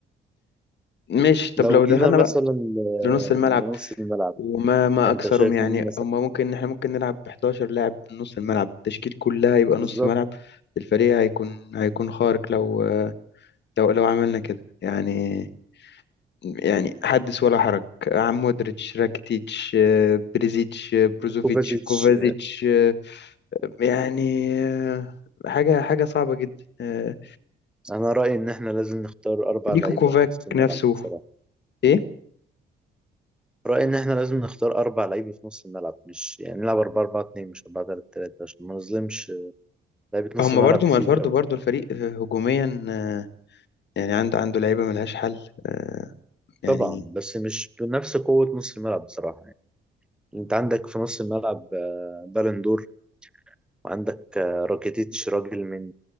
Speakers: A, on the left; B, in the centre.
A: ماشي طب
B: لو
A: لو
B: جينا
A: دخلنا
B: مثلا
A: بقى
B: آه،
A: لنص الملعب
B: لنص الملعب
A: وما ما
B: انت
A: اكثرهم
B: شايف
A: يعني
B: مين
A: هما ممكن احنا ممكن نلعب ب 11 لاعب من نص الملعب التشكيل كلها يبقى
B: بالظبط
A: نص ملعب الفريق هيكون هيكون خارق لو لو لو عملنا كده يعني يعني حدث ولا حرج عم مودريتش راكيتيتش آه، بريزيتش آه، بروزوفيتش
B: كوفازيتش
A: كوفازيتش آه، يعني آه، حاجة حاجة صعبة جدا آه،
B: انا رايي ان احنا لازم نختار اربع
A: نيكو
B: لعيبه
A: كوفاك
B: في نص الملعب
A: نفسه
B: بصراحه
A: ايه
B: رايي ان احنا لازم نختار اربع لعيبه في نص الملعب مش يعني نلعب 4 4 2 مش 4 3 3 عشان ما نظلمش لعيبه نص
A: هما
B: الملعب
A: برضو ما
B: كتير
A: الفرد
B: قوي
A: برضو الفريق آه، هجوميا آه، يعني عنده عنده لعيبة ملهاش حل آه، يعني
B: طبعا بس مش بنفس قوه نص الملعب بصراحه يعني انت عندك في نص الملعب آه، بالندور وعندك آه، راكيتيتش راجل من